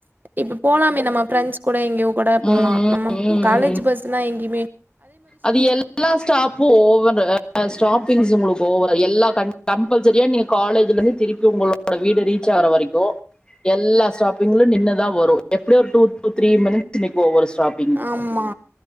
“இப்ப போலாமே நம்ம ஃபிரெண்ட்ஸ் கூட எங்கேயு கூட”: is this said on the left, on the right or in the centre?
Right